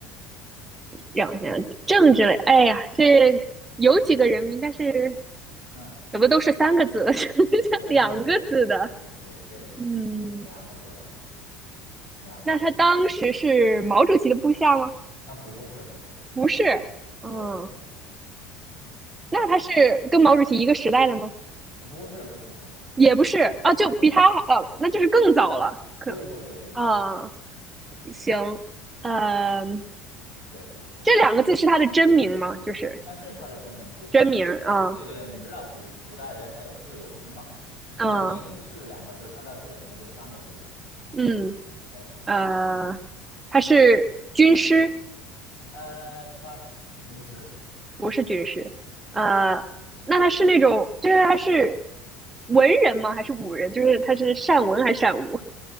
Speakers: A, on the right; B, on the left.
A: 让我想想，
B: 嗯
A: 政治类，哎呀，这有几个人名，但是
B: 嗯，
A: 怎么都是三个字的，<laughs> 就
B: 对对对对对对对对对对对对对，
A: 两个字的，嗯，
B: 两个字两个字两个字
A: 那他当时是毛主席的部下吗？
B: 啊，不是不是不是
A: 不是，
B: 不是不是不是，
A: 嗯，
B: 对，
A: 那他是跟毛主席一个时代的吗？
B: 啊不是不是不是不是，
A: 也不是，啊，就比他好，
B: 对
A: 呃，那就是更早了，可能，
B: 对对对对对对
A: 啊，行，呃，
B: 对对对，
A: 这两个字是他的真名吗？就是
B: 啊，是他的真名，是他的真名，
A: 真名啊。
B: 对对对，你知道古古代的人他有字有名嘛，他的名是两个字，
A: 嗯
B: 他的字肯定就是三个字呗，
A: 嗯
B: 对。
A: 呃，他是军师，
B: 呃，他不是，
A: 不是军师，呃，
B: 对，
A: 那他是那种，就是他是文人吗？还是武人？就是他是善文还是善武？